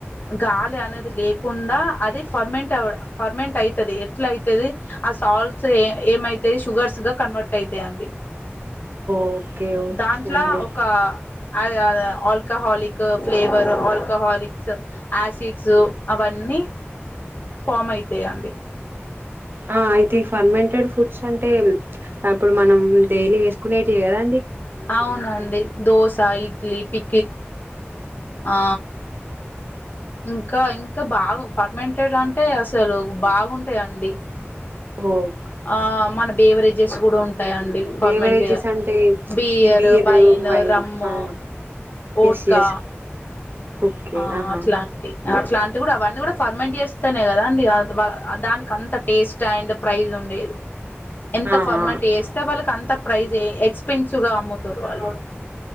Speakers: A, on the left; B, on the right.
A: గాలి అనేది లేకుండా అది ఫర్మెంట్ అవ ఫర్మెంట్ అవుతది ఎట్లా అయితది ఆ సాల్ట్స్ ఏ ఏమైతాయి షుగర్స్ గా కన్వర్ట్ అయితాయిండి
B: ఓకే ఓకే
A: అట్లా
B: అండి
A: ఒక అద్ ఆ ఆల్కహాలిక్ ఫ్లేవర్ ఆల్కహాలిక్స్ యాసిడ్స్ అవన్నీ ఫామ్ అయితాయన్
B: ఆ అయితే ఈ ఫర్మెంటెడ్ ఫుడ్స్ అంటే అప్పుడు మనం డైలీ వేసుకునేటివి కదా
A: అవునండి దోస ఇడ్లీ పి ఆ ఇంకా ఇంకా బాగా ఫర్మెంటెడ్ అంటే అసలు బాగుంటాయండి
B: ఓ క్
A: ఆ మన బేవరేజెస్ కూడా ఉం ఉంటాయండి ఫార్మటి
B: బేవరేజెస్ అంటే
A: బియర్
B: ఈ బీర్
A: వైన్ రమ్ము
B: ఆ
A: ఓట్కా
B: ఎస్ ఎస్ ఓకే
A: ఆ
B: ఆహా
A: అట్లాంటి అట్లాంటి కూడా అవన్నీ కూడా ఫర్మెంట్ చేస్తేనే కదా అండి దానికి అంత టేస్ట్ అండ్ ప్రైస్ ఉండేది ఎంత
B: ఆ
A: ఫర్మాలిటీ
B: ఆ
A: వేస్తే వాళ్ళకి అంత ప్రైజ్ ఎక్స్పెన్సివ్ గా అమ్ముతారు వాళ్ళు